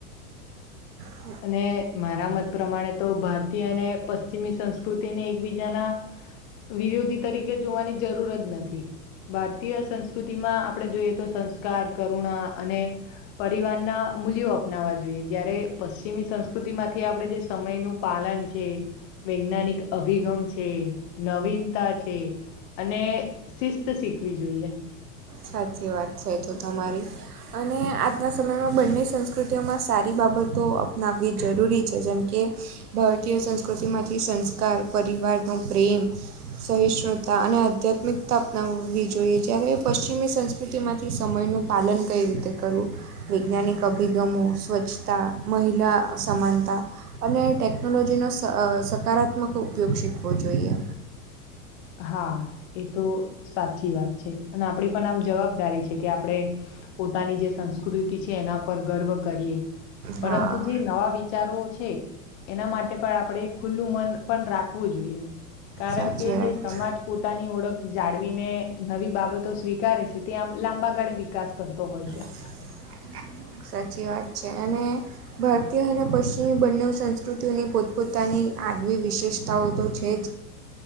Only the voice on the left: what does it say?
અને મારા મત પ્રમાણે તો ભારતીય અને પશ્ચિમી સંસ્કૃતિને એકબીજાના વિરોધી તરીકે જોવાની જરૂર જ નથી ભારતીય સંસ્કૃતિ માં આપડે જોઈએ તો સંસ્કાર કરુણા અને પરિવાર ના મૂલ્યો અપનાવા જોઈએ જયારે પશ્ચિમી સંસ્કૃતિ માંથી આપડે જે સમય નું પાલન છે વૈજ્ઞાનિક અભિગમ છે નવીનતા છે અને શિસ્ત શીખવી જોઈએ.
હા એ તો સાચી વાત છે અને આપડે પણ આમ જવાબ જવાબદારી છે કે આપણે પોતાની જે સંસ્કૃતિ છે એના પર ગર્વ કરીએ. પરંતુ
જે નવા વિચારો છે એના માટે પણ આપણે ખુલ્લું મન પણ રાખવું જોઈએ કારણ
કે
જે સમાજ
પોતાની ઓળખ જાળવીને નવી બાબતો સ્વીકારે છે ત આમ લાંબા ગાળે વિકાસ કરતો હોય છે.